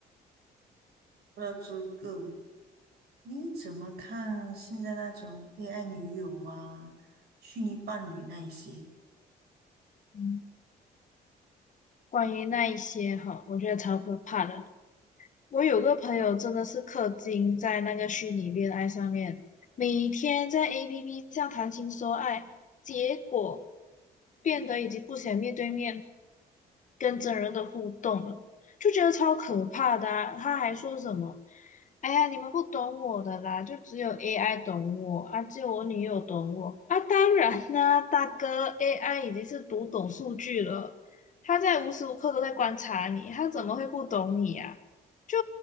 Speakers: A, on the right (about 75°); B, on the left (about 50°).
A: 不知道这个你怎么看现在那种 AI 女友啊、虚拟伴侣那一些？
B: 嗯，关于那一些哈，我觉得超可怕的。我有个朋友真的是氪金在那个虚拟恋爱上面，每天在 APP 上谈情说爱，结果变得已经不想面对面跟真人的互动了，就觉得超可怕的啊他还说什么：“哎呀，你们不懂我的啦，就只有 AI 懂我啊，只有我女友懂我啊。”当然啦，大哥，AI 已经是读懂数据了，他在无时无刻都在观察你，他怎么会不懂你呀？就